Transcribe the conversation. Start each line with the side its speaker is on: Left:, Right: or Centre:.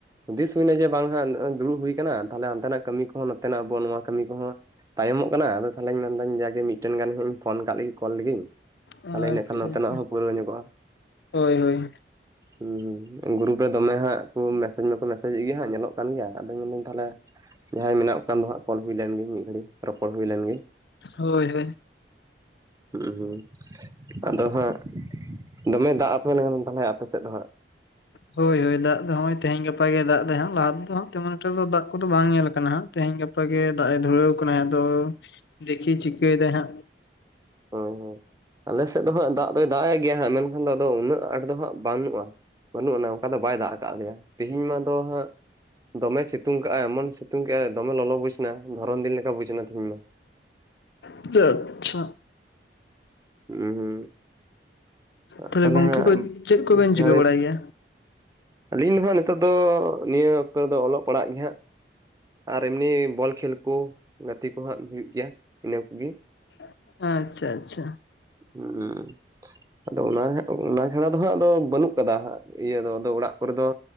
Right: ᱦᱩᱫᱤᱥ ᱦᱩᱭᱱᱟ ᱡᱮ ᱵᱟᱝ ᱦᱟᱜ ᱫᱩᱲᱩᱵ ᱦᱩᱭ ᱟᱠᱟᱱᱟᱱᱟ ᱛᱟᱦᱚᱞ ᱦᱟᱱᱛᱮᱱᱟᱜ ᱠᱟᱹᱢᱤ ᱠᱚᱦᱚᱸ ᱱᱚᱛᱮᱱᱟᱜ ᱟᱵᱚ ᱱᱚᱣᱟ ᱠᱟᱹᱢᱤ ᱠᱚᱦᱚ ᱠᱚᱦᱚᱸᱹᱹᱹ ᱛᱟᱭᱚᱢᱚᱜ ᱠᱟᱱᱟ ᱟᱫᱚ ᱛᱟᱦᱚᱞᱮᱧ ᱢᱮᱱᱫᱟᱹᱧ ᱡᱟᱜᱮ ᱢᱤᱫᱴᱮᱱ ᱜᱟᱱ ᱦᱟᱸᱜ ᱤᱧ ᱯᱷᱱ ᱠᱟᱜ ᱞᱮᱜ ᱠᱚᱞ ᱞᱮᱜᱤᱧ
Left: ᱟᱪᱪᱷᱟ
Right: ᱛᱟᱦᱚᱞᱮ ᱤᱱᱟᱹ ᱠᱷᱟᱱ ᱱᱚᱛᱮᱱᱟᱜ
Left: ᱟᱪᱪᱷᱟ
Right: ᱦᱚᱸ ᱯᱩᱨᱟᱹ ᱧᱚᱜᱚᱜᱼᱟ
Left: ᱦᱳᱭ ᱦᱳᱭ
Right: ᱦᱮᱸ ᱸ ᱜᱨᱩᱨᱩᱯ ᱨᱮ ᱫᱚᱢᱮ ᱦᱟᱸᱜ ᱠᱚ ᱢᱮᱥᱮᱡ ᱢᱟᱠᱚ ᱢᱮᱥᱮᱡᱮᱫ ᱜᱮᱭᱟ ᱧᱮᱞᱚᱜ ᱠᱟᱱ ᱜᱮᱭᱟ ᱟᱫᱚ ᱢᱮᱱᱫᱟ. ᱧ ᱛᱟᱦᱞᱮ ᱡᱟᱦᱟᱸᱭ ᱢᱮᱱᱟᱜ ᱠᱚ ᱠᱷᱟᱱ ᱫᱚ ᱠᱚᱞ ᱦᱩᱭ ᱞᱮᱱᱜᱮ ᱢᱤᱛ ᱜᱷᱟ. ᱲᱤᱡ ᱨᱚᱯᱚᱲ ᱦᱩᱭ ᱞᱮᱱᱜᱮ
Left: ᱦᱳᱭ ᱦᱳᱭ
Right: ᱦᱩᱸ ᱦᱸ ᱟᱫᱚ ᱦᱟᱸᱜ ᱫᱚᱢᱮ ᱫᱟᱜ <unintelligible> ᱛᱟᱦᱚᱞᱮ ᱟᱯᱮ ᱥᱮᱫ ᱫᱚ ᱦᱟᱸᱜ
Left: ᱦᱳᱭ ᱦᱳᱭ ᱫᱟᱜ ᱫᱚ ᱦᱚᱸᱜ ᱚᱭ ᱛᱮᱦᱮᱧ ᱜᱟᱯᱟ ᱜᱮ ᱫᱟᱜ ᱫᱟᱭ, ᱞᱟᱦᱟᱛᱮᱫ ᱫᱚ ᱦᱟᱜ ᱛᱮᱢᱚᱱ ᱮᱠᱴᱟ ᱫᱚ ᱫᱟᱜ ᱠᱚᱫᱚ ᱵᱟᱝ ᱧᱮᱞ ᱟᱠᱟᱱᱟ ᱦᱟᱸᱜ ᱛᱮᱦᱮᱧ ᱜᱟᱯᱟ ᱜᱮ ᱫᱟᱜ ᱮ ᱫᱷᱩᱨᱟᱹᱣ ᱟᱠᱟᱱᱟ ᱟᱫᱚ, ᱫᱮᱠᱷᱤᱭ ᱪᱤᱠᱟᱹᱭ ᱫᱟᱭ ᱦᱟᱜ
Right: ᱦᱳᱭ ᱦᱳᱭ ᱟᱞᱮ ᱥᱮᱫ ᱫᱚ ᱦᱟᱜ ᱫᱟᱜ ᱫᱚᱭ ᱫᱟᱜ ᱮ ᱜᱮᱭᱟ ᱦᱟᱸᱜ ᱢᱮᱱᱠᱷᱟᱱ ᱫᱚ ᱟᱫᱚ ᱩᱱᱟᱹᱜ ᱟᱸᱴ ᱫᱚ ᱦᱟᱸᱜ ᱵᱟᱹᱱᱩᱜᱼᱟ ᱵᱟᱹᱱᱩᱜ ᱟᱱᱟ ᱚᱱᱠᱟ ᱫᱚ ᱵᱟᱭ ᱫᱟᱜ ᱟᱠᱟᱫ ᱞᱮᱭᱟ ᱛᱮᱦᱤᱧ ᱢᱟ ᱫᱚ ᱦᱟᱸᱜ ᱫᱚᱢᱮ ᱥᱤᱛᱩᱝ ᱠᱟᱜᱼᱟ ᱮᱢᱚᱱ ᱥᱤᱛᱩᱝ ᱠᱟᱜᱼᱟ ᱫᱚᱢᱮ ᱞᱚᱞᱚ ᱵᱩᱡᱽ ᱮᱱᱟ ᱫᱷᱚᱨᱚᱱ ᱫᱤᱱ ᱞᱮᱠᱟ ᱵᱩᱡᱽ ᱮᱱᱟ ᱛᱤᱦᱤᱧ ᱢᱟ
Left: <unintelligible>
Right: ᱦᱩ ᱦᱩ
Left: ᱛᱟᱦᱚᱞᱮ
Right: ᱛᱟᱦᱞᱮ
Left: ᱜᱚᱝᱠᱮ
Right: ᱦᱟᱜ
Left: ᱠᱚ ᱪᱮᱫ ᱠᱚᱵᱮᱱ
Right: <unintelligible>
Left: ᱪᱤᱠᱟᱹ ᱵᱟᱲᱟᱭ ᱜᱮᱭᱟ?
Right: ᱟᱹᱞᱤᱧ ᱦᱚ ᱱᱤᱛᱚᱜ ᱫᱚ ᱱᱤᱭᱟᱹ ᱚᱠᱛᱚ ᱨᱮᱫᱚ ᱚᱞᱚᱜ ᱯᱟᱲᱦᱟᱜ ᱜᱮ ᱦᱟᱸᱜ ᱟᱨ ᱮᱢᱱᱤ ᱵᱚᱞ ᱠᱷᱮᱹᱞ ᱠᱚ ᱜᱟᱛᱮ ᱠᱚ ᱦᱟᱜ ᱦᱩᱭᱩᱜ ᱜᱮᱭᱟ ᱤᱱᱟᱹ ᱠᱚᱜᱮ
Left: <unintelligible> ᱟᱪᱪᱷᱟ ᱟᱪᱪᱷᱟ
Right: ᱦᱮᱸ <unintelligible> ᱟᱫᱚ ᱚᱱᱟ ᱦᱟᱜᱚᱱᱟ ᱪᱷᱟᱲᱟ ᱫᱚ ᱦᱟᱸᱜ ᱟᱫᱚ ᱵᱟᱹᱱᱩᱜ ᱠᱟᱫᱟ ᱦᱟᱜ ᱤᱭᱟᱹ ᱫᱚ ᱟᱫᱚ ᱚᱲᱟᱜ ᱠᱚᱨᱮ ᱫᱚ